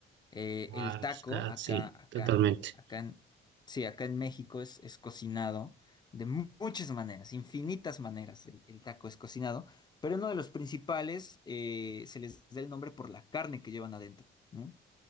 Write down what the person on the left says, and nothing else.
Eh,
el taco,
acá,
acá,
acá en, sí, acá en México es, es cocinado de mu- muchas maneras, infinitas maneras el, el taco es cocinado, pero uno de los principales eh, se les da el nombre por la carne que llevan adentro, ¿no?